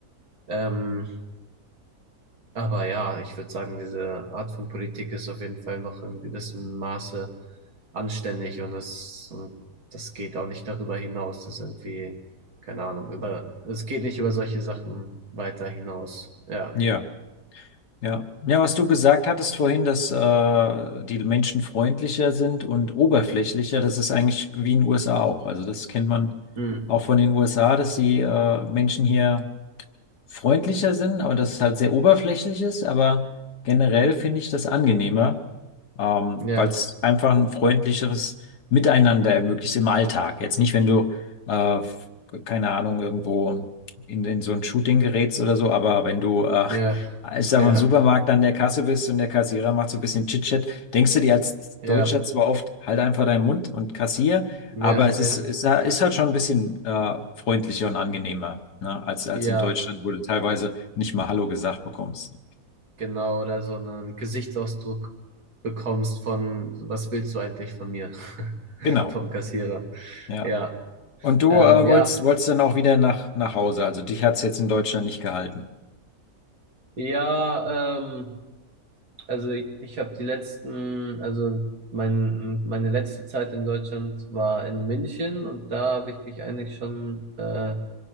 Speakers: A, on the right; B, on the left.
A: Ähm, aber ja, ich würde sagen, diese Art von Politik ist auf jeden Fall noch in gewissem Maße anständig und das, und das geht auch nicht darüber hinaus. Das ist irgendwie, keine Ahnung, über, es geht nicht über solche Sachen weiter hinaus. Ja.
B: Ja. Ja. Ja, was du gesagt hattest vorhin, dass äh, die Menschen freundlicher sind und oberflächlicher, das ist eigentlich wie in den USA auch. Also das kennt man
A: Hm.
B: auch von den USA, dass die äh, Menschen hier freundlicher sind, aber dass es halt sehr oberflächlich ist. Aber generell finde ich das angenehmer, ähm,
A: Ja,
B: weil es einfach ein freundlicheres Miteinander ermöglicht im Alltag. Jetzt nicht, wenn du, äh, f- keine Ahnung, irgendwo in, in so ein Shooting gerätst oder so, aber wenn du, äh,
A: ja,
B: ich sag
A: ja.
B: mal, im Supermarkt an der Kasse bist und der Kassierer macht so ein bisschen Chit-Chat, denkst du dir als
A: Ja,
B: Deutscher zwar oft, halt einfach deinen Mund und kassier,
A: ja,
B: aber es
A: ja,
B: ist, es ist halt schon ein bisschen äh, freundlicher und angenehmer, ne? Als, als
A: ja,
B: in Deutschland, wo du teilweise nicht mal Hallo gesagt bekommst.
A: genau, oder so einen Gesichtsausdruck bekommst von, was willst du eigentlich von mir? <laughs>
B: Genau,
A: Vom Kassierer.
B: ja.
A: Ja,
B: Und du
A: ähm,
B: äh, wolltest,
A: ja,
B: wolltest dann auch wieder nach, nach Hause. Also dich hat es jetzt in Deutschland nicht gehalten.
A: ja, ähm, Also ich, ich habe die letzten, also mein, meine letzte Zeit in Deutschland war in München und da habe ich mich eigentlich schon äh,